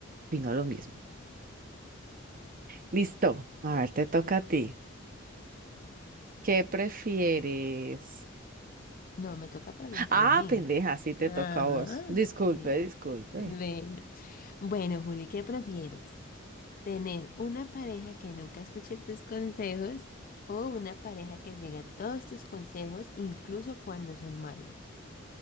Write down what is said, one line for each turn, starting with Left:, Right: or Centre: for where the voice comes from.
Right: opino lo mismo. Listo, a ver, te toca a ti. ¿Qué prefieres?
Left: No, me toca preguntarle
Right: Ah,
Left: a mí.
Right: pendeja, sí te
Left: Ajá.
Right: toca a vos. Disculpe,
Left: Sí,
Right: disculpe.
Left: bueno. Bueno, Juli, ¿qué prefieres? ¿Tener una pareja que nunca escuche tus consejos o una pareja que siga todos tus consejos, incluso cuando son malos?